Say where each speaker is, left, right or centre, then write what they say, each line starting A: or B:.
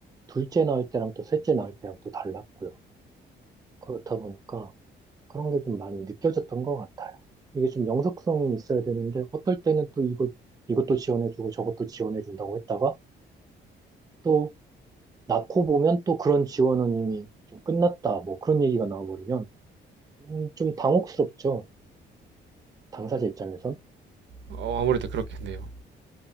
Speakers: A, on the right (about 20°); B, on the right (about 65°).
A: 둘째 낳을 때랑 또 셋째 낳을 때랑 또 달랐고요. 그렇다 보니까 그런 게 좀 많이 느껴졌던 것 같아요. 이게 좀 영속성이 있어야 되는데, 어떨 때는 또 이거, 이것도 지원해주고 저것도 지원해준다고 했다가, 또 낳고 보면 또 그런 지원은 이미 좀 끝났다. 뭐 그런 얘기가 나와버리면, 음, 좀 당혹스럽죠. 당사자 입장에선.
B: 어, 아무래도 그렇겠네요.